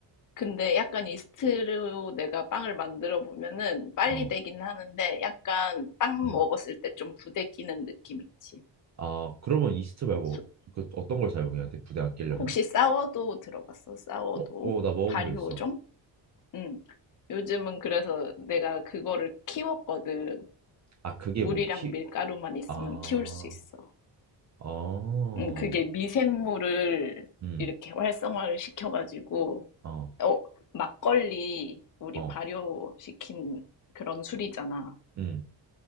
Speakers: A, on the left (about 45°); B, on the right (about 40°).
A: 근데 약간 이스트로 내가 빵을 만들어 보면은 빨리
B: 어.
A: 되긴 하는데 약간 빵
B: 응.
A: 먹었을 때 좀 부대끼는 느낌 있지.
B: 아, 그러면 이스트 말고
A: 소-
B: 그 어떤 걸 사용해야 돼? 부대 안 끼려면?
A: 혹시 싸워도 들어봤어? 싸워도?
B: 어, 어, 나 먹어본
A: 발효종?
B: 적 있어.
A: 응. 요즘은 그래서 내가 그거를 키웠거든.
B: 아, 그게
A: 물이랑
B: 뭐 키?
A: 밀가루만 있으면
B: 아,
A: 키울 수 있어.
B: 어,
A: 응, 그게 미생물을
B: 음,
A: 이렇게 활성화를 시켜가지고,
B: 어,
A: 어, 막걸리 우리
B: 어,
A: 발효시킨 그런 술이잖아.
B: 음,